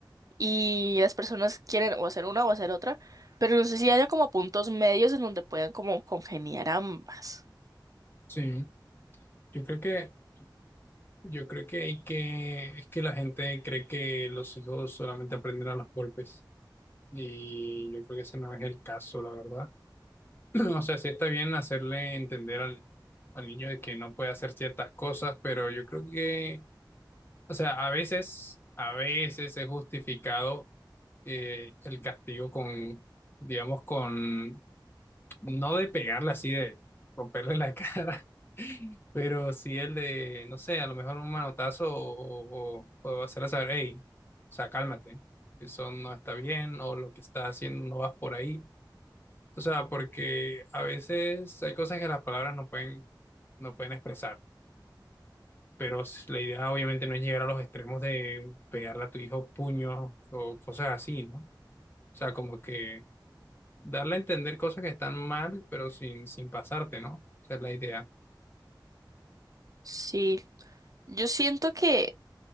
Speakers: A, on the right (about 45°); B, on the left (about 30°).
A: y las personas quieren o hacer una o hacer otra, pero no sé si haya como puntos medios en donde puedan como congeniar ambas.
B: sí. Yo creo que, yo creo que hay que, es que la gente cree que los hijos solamente aprenden a los golpes. Y yo creo que ese no es el caso, la verdad. <clears throat> O sea, sí está bien hacerle entender al, al niño de que no puede hacer ciertas cosas, pero yo creo que, o sea, a veces, a veces es justificado eh, el castigo con, digamos, con, no de pegarle así, de romperle la <laughs> cara. Pero si el de, no sé, a lo mejor un manotazo o, o, o hacerle saber, hey, o sea, cálmate, eso no está bien o lo que estás haciendo no vas por ahí. O sea, porque a veces hay cosas que las palabras no pueden, no pueden expresar, pero s- la idea obviamente no es llegar a los extremos de pegarle a tu hijo puños o cosas así, ¿no? O sea, como que darle a entender cosas que están mal, pero sin, sin pasarte, ¿no? Esa es la idea.
A: Sí, yo siento que,